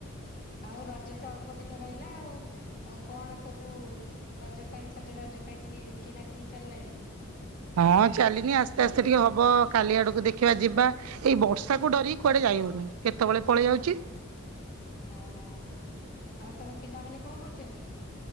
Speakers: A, on the left; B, on the right.
A: ଆଉ ରଜ ତ ଅଳ୍ପ ଦିନ ରହିଲା ଆଉ। ଆଉ କଣ ସବୁ ରଜ ପାଇଁ ସଜବାଜ ପାଇଁ କିଣା କିିଣି ଚାଲିଲାଣି?
B: ହଁ ଚାଲିନି ଆସ୍ତେ ଆସ୍ତେ ଟିକେ ହବ କାଲି ଆଡକୁ ଦେଖିବା ଯିବା। ଏଇ ବର୍ଷାକୁ ଡରିକି କୁଆଡ଼େ ଯାଇହଉନି କେତେବେଳେ ପଳେଇ ଯାଉଛି।
A: ହଁ ହଁ ଆଉ ତମ ପିଲାମାନେ କଣ କରୁଛନ୍ତି।